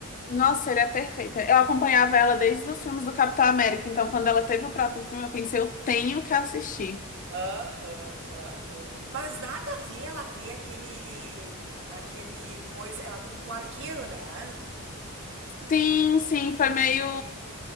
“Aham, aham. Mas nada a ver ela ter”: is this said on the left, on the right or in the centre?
Right